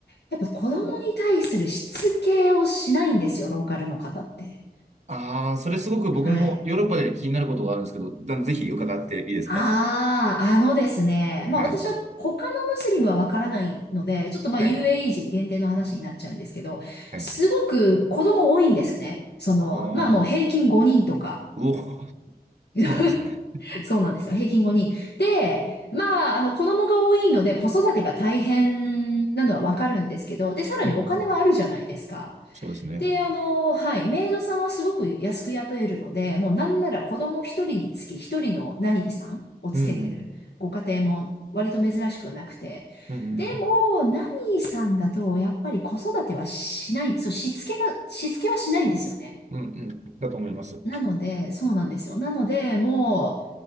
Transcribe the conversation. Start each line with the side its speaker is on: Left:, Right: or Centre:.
Left: やっぱ子供に対するしつけをしないんですよ、ローカルの方って。
Right: ああ、それすごく僕もヨーロッパで気になることがあるんですけど、
Left: はい。
Right: だぜひ伺っていいですか。
Left: ああ、あのですね。
Right: はい。
Left: まあ私は他のムスリムはわからないので、ちょっとまあ
Right: はい。
Left: UAE 人限定の話になっちゃうんですけど、
Right: はい。
Left: すごく子供多いんですね。その、
Right: ああ、
Left: まあもう平均5人とか。
Right: うお、
Left: <laughs>
Right: そうなんですね。
Left: そうなんですよ。平均5人。で、まあ、あの、子供が多いので子育てが大変なのはわかるんですけど、で、さらにお金はあるじゃないですか。
Right: うんうん。そうですね。
Left: で、あの、はい、メイドさんはすごく安く雇えるので、もうなんなら子供一人につき一人のナニーさんをつけてるご家庭も割と珍しくはなくて、
Right: うんうん。うんうん。
Left: でも、ナニーさんだとやっぱり子育てはしない、そう、しつけが、しつけはしないんですよね。
Right: うんうん。だと思います。
Left: なので、そうなんですよ。なので、も